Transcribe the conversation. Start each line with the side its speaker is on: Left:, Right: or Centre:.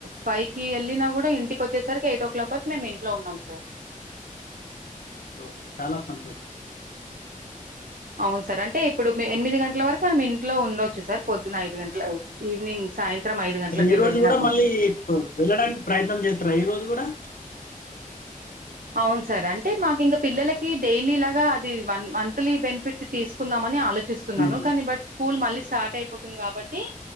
Right: ఫైవ్ కి వెళ్ళిన కూడా ఇంటికి వచ్చేసరికి ఎయిట్ కల వరకు మేము ఇంట్లో ఉన్నాం సార్
Left: ఓ చాలా సంతోషం
Right: అవును సార్ అంటే ఇప్పుడు ఎనిమిది గంటల వరకు మనం ఇంట్లో ఉండొచ్చు సార్ పొద్దున ఐదు గంటల ఈవినింగ్ సాయంత్రం గంటలకి
Left: మరి ఈ రోజు
Right: వెళ్ళినా
Left: కూడా మళ్ళీ వెళ్ళడానికి ప్రయత్నం చేస్తారా ఈ రోజు కూడా
Right: అవును సార్ అంటే మాకు ఇంకా పిల్లలకి డైలీ లాగా అది వన్ మంత్లీ బెనిఫిట్ తీసుకుందాంమని ఆలోచించ చూస్తున్నాను
Left: ఉమ్.
Right: కానీ బట్ స్కూల్ మళ్ళీ స్టార్ట్ అయిపోతుంది కాబట్టి